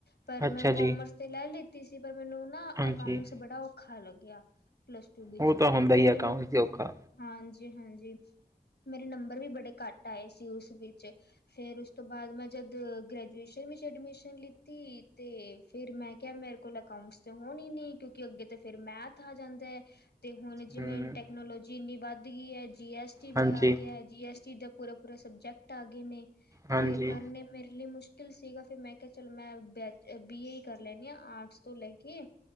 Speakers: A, on the left; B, on the right.
A: ਪਰ
B: ਅੱਛਾ
A: ਮੈਂ
B: ਜੀ,
A: ਕੋਮਸ ਤੇ ਲੈ ਤੀ ਸੀ ਪਰ ਮੈਨੂੰ ਨਾ
B: ਹਾਂਜੀ
A: ਅਕਾਊਂਟਸ ਬੜਾ ਹੈ ਲੱਗਿਆ ਪਲੱਸ ਟੂ ਵਿੱਚ,
B: ਉਹ ਤਾਂ ਹੁੰਦਾ
A: ਫਿਰ
B: ਹੀ
A: ਮੈਨੂੰ
B: ਅਕਾਊਂਟਸ ਤੇ ਔਖਾ।
A: ਜੀ ਹਾਂਜੀ ਹਾਂਜੀ, ਮੇਰੇ ਨੰਬਰ ਵੀ ਬੜੇ ਘੱਟ ਆਏ ਸੀ ਉਸ ਵਿੱਚ ਫਿਰ ਉਸ ਤੋਂ ਬਾਅਦ ਮੈਂ ਜਦ ਗ੍ਰੈਜੂਏਸ਼ਨ ਵਿੱਚ ਐਡਮਿਸ਼ਨ ਲਿੱਤੀ ਤੇ ਫਿਰ ਮੈਂ ਕਿਹਾ ਮੇਰੇ ਕੋਲ ਅਕਾਊਂਟਸ ਤਾਂ ਹੋਣੀ ਨੀ, ਕਿਉਂਕਿ ਅੱਗੇ ਤੇ ਫਿਰ ਮੈਥ ਆ ਜਾਂਦਾ ਏ। ਤੇ ਹੁਣ ਜਿਵੇਂ
B: ਹੂੰ,
A: ਟੈਕਨੋਲੋਜੀ ਏਨੀ ਵੱਧ ਗਈ ਹੈ ਜੀ ਐੱਸ ਟੀ ਵੀ
B: ਹਾਂਜੀ,
A: ਆ ਗਿਆ, ਜੀ ਐੱਸ ਟੀ ਦ ਪੂਰਾ ਪੂਰਾ ਸਬਜੈਕਟ ਆ ਗਏ ਨੇ।
B: ਹਾਂਜੀ,
A: ਤੇ ਕਰਨੇ ਮੇਰੇ ਲਈ ਮੁਸ਼ਕਿਲ ਕਲ ਸੀਗਾ, ਫਿਰ ਮੈਂ ਕਿਹਾ ਚਲੋ ਮੈਂ ਬੈਚ ਬੀ ਏ ਕਰ ਲੈਣੀ ਹਾਂ ਆਰਟਸ ਤੋਂ ਲੈ ਕੇ